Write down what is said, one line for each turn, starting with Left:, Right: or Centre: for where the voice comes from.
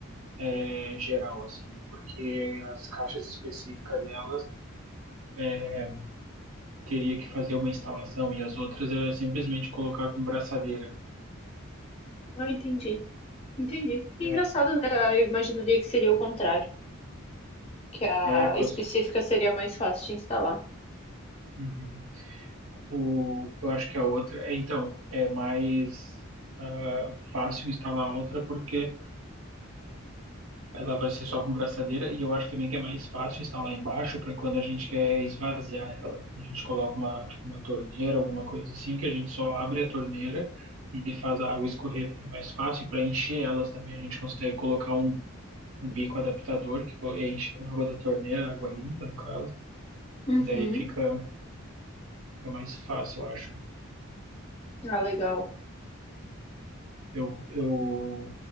Right: é, geral, assim, porque as caixas específicas delas é, teria que fazer uma instalação e as outras é simplesmente colocar com braçadeira.
Left: Ah, entendi. Entendi. Que
Right: É,
Left: Engraçado, né? Ah, Eu imaginaria que seria o contrário, que a
Right: é com
Left: específica
Right: as,
Left: seria mais fácil de instalar.
Right: Uhum. O, eu acho que a outra, é, então, é mais ah, fácil instalar outra porque Ela vai ser só com braçadeira e eu acho também que é mais fácil estar lá embaixo para quando a gente quer esvaziar ela. A gente coloca uma, tipo, uma torneira, alguma coisa assim, que a gente só abre a torneira e faz a água escorrer. É mais fácil para encher elas também. A gente consegue colocar um, um bico adaptador que co- enche com água da torneira, água limpa no caso,
Left: Uhum.
Right: e daí fica, fica mais fácil, eu acho.
Left: Ah, legal.
Right: Eu, eu